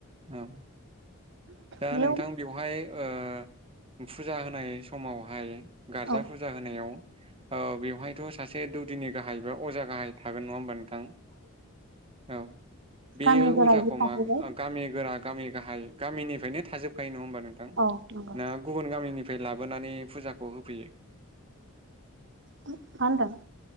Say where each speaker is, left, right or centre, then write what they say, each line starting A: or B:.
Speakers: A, on the right; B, on the right.
A: औ। दा
B: बेयाव
A: नोंथां बेवहाय ओ फुजा होनाय समावहाय गारजा
B: औ
A: फुजा होनायाव औ बेवहायथ' सासे दौदिनि गाहाय बा अजा गाहाइ थागोन नङा होमबा नो थां औ बेयो
B: गामि गोरायबो
A: अजाखौ
B: थाहैबाय
A: मा आ गामि गोरा गामि गाहाइ गामिनिफ्रायनो थाजोबखायो नङा होनबा नोंथां,
B: औ नंगौ मा
A: ना गुबन गामिनि फ्राय लाबोनानै फुजाखौ होफैयो?
B: मा होनदों?